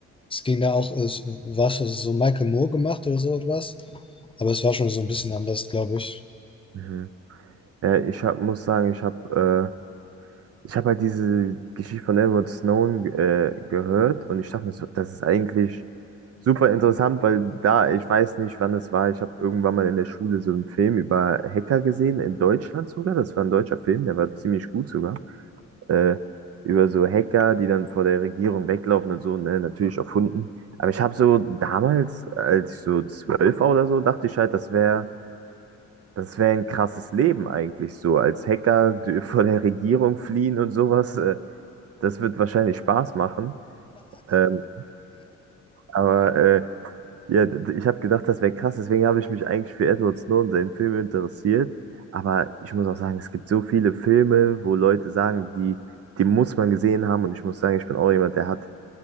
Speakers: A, on the left; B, on the right.
A: Es ging da auch, es war schon so Michael Moore gemacht oder so etwas. Aber es war schon so ein bisschen anders, glaube ich.
B: Mhm. Ja, ich hab, muss sagen, ich habe äh, ich hab halt diese Geschichte von Edward Snowden äh, gehört und ich dachte mir so, das ist eigentlich super interessant, weil da, ich weiß nicht, wann es war, ich habe irgendwann mal in der Schule so einen Film über Hacker gesehen, in Deutschland sogar, das war ein deutscher Film, der war ziemlich gut sogar, äh, über so Hacker, die dann vor der Regierung weglaufen und so, ne, natürlich erfunden. Aber ich habe so damals, als ich so zwölf war oder so, dachte ich halt, das wäre das wäre ein krasses Leben eigentlich so. Als Hacker d- <laughs> vor der Regierung fliehen und sowas, äh, das wird wahrscheinlich Spaß machen. Ähm, aber äh, ja, d- ich habe gedacht, das wäre krass. Deswegen habe ich mich eigentlich für Edward Snowden, seinen Film, interessiert. Aber ich muss auch sagen, es gibt so viele Filme, wo Leute sagen, die, die muss man gesehen haben. Und ich muss sagen, ich bin auch jemand, der hat